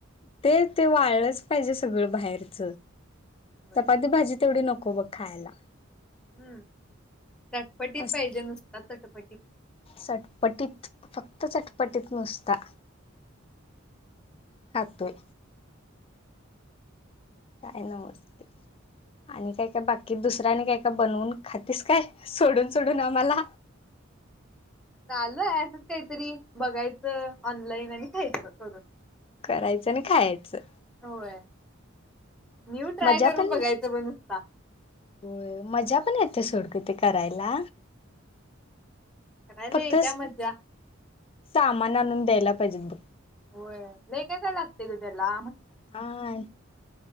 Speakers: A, on the left; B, in the centre.
A: ते ते वाढलंच पाहिजे सगळं बाहेरच
B: होय.
A: चपाती भाजी तेवढी नको को ब खायला
B: हम्म चटपटीत
A: अस
B: पाहिजे नुसतात चटपटीत
A: चटपटीत फक्त चटपटीत नुसता खातोय काय नमस्ते आणि काय काय बाकी दुसऱ्यानी काय काय बनवून खातीस काय सोडून सोडून आम्हाला
B: आलं असंच काहीतरी बघायचं ऑनलाईन आणि खायचं करून
A: करायचं आणि खायचं
B: होय न्यू ट्राय
A: मजा
B: करून
A: पण
B: बघायचं पण नुसता
A: हो मजा पण येते सोड क ते करायला
B: करायला
A: फक्तच
B: येत्या मज्जा
A: सामान आणून द्यायला पाजब
B: होय लय काय काय लागते ग तेला
A: हा